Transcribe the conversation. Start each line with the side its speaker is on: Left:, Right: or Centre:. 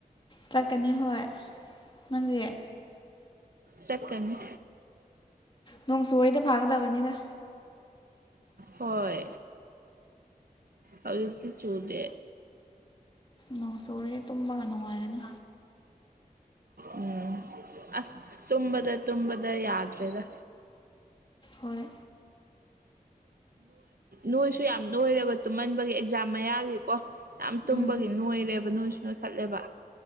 Left: ꯆꯠꯀꯅꯤ ꯍꯣꯏ ꯅꯪꯁꯦ
Right: ꯆꯀꯅꯤ
Left: ꯅꯣꯡ ꯁꯣꯔꯤꯗ ꯐꯥꯒꯗꯕꯅꯤꯦꯗ
Right: ꯍꯣꯏ ꯍꯧꯖꯤꯛꯇꯤ ꯆꯨꯗꯦ
Left: ꯅꯣꯡ ꯆꯨꯔꯦ ꯇꯨꯝꯃꯒ ꯅꯨꯡꯉꯥꯏꯔꯅꯤ
Right: ꯎꯝ ꯑꯁ ꯇꯨꯝꯝꯕꯗ ꯇꯨꯝꯗ ꯌꯥꯗ꯭ꯔꯦꯗ
Left: ꯍꯣꯏ
Right: ꯅꯣꯏꯁꯨ ꯌꯥꯝ ꯅꯣꯏꯔꯦꯕ ꯇꯨꯝꯍꯟꯕꯒꯤ ꯑꯦꯛꯖꯥꯝ ꯃꯌꯥꯒꯤꯀꯣ ꯌꯥꯝ ꯇꯨꯝꯕꯒꯤ
Left: ꯎꯝ
Right: ꯅꯣꯏꯔꯦꯕ ꯅꯣꯏꯁꯨ ꯅꯣꯏꯊꯠꯂꯦꯕ